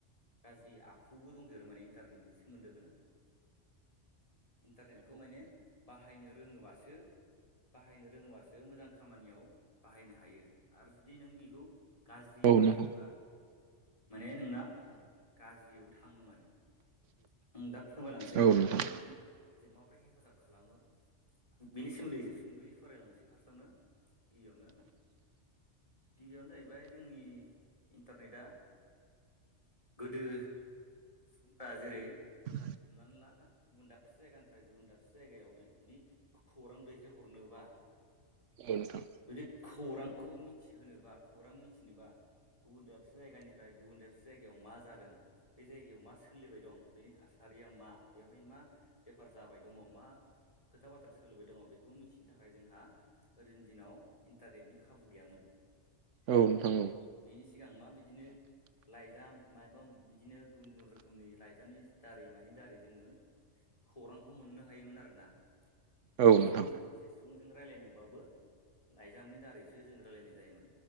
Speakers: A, on the left; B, on the right.
A: गाज्रि आखुबो दंदेरो माने इन्टारनेटनि सोमोन्दो गोनां। इन्टारनेटखौ माने बाहायनो रोङोबासो बाहायनो रोङोबासो मोजां खामानियाव बाहायनो हायो आरो जुदि नों बेखौ गाज्रियै
B: औ
A: बाहायोबा
B: नोंथां
A: माने नोंना गाज्रियाव थाङो माने आं दा फोरमायलांसै
B: औ
A: इन्टारनेटनि
B: नोंथां
A: माबोरै हेफाजाब खालामो। बिनि सोमोन्दै एसे सुंद'यै फरायलांसै फार्स्टआवनो गिबियावनो। गिबियावनो जाहैबाय जोंनि इन्टारनेटआ गोदो सुबुंफोरा जेरै
B: <inaudible>
A: हमनानै ला गुबुन दाबसे जायगानिफ्राय गुबुन दाबसे जायगायाव जुदि खौरां दैखायहरनोबा
B: औ नोंथां
A: जुदि खौरांखौ मिथिहोनोबा खौरां मिथिनोबा गुबुन दाबसे जायगानिफ्राय गुबुन दाबसे जायगायाव मा जादों बे जायगायाव मा सोलिबाय दं, बेनि थासारिया मा बेवहाय मा, बेफार जाबाय दङ, मा खोथा बाथ्रा सोलबाय दङ बेखौ मिथि नो थाखाय जोंहा गोदोनि दिनाव इन्टारनेटनि खाबु गैयामोन।
B: औ नोंथां। औ
A: बेनि सिगां मा बिदिनो लाइजाम माइबा बिदिनो गुबुन गुबुन रोखोमनि लाइजा मनि दारै मानि दारै जोङो खौरांखौ मोननो हायोमोन आरोना। सासे
B: औ नोंथां
A: सुबुं सासे सुबुंजों रायलायनोबाबो लाइजामनि दारैसो जों रायलायनाय जायोमोन,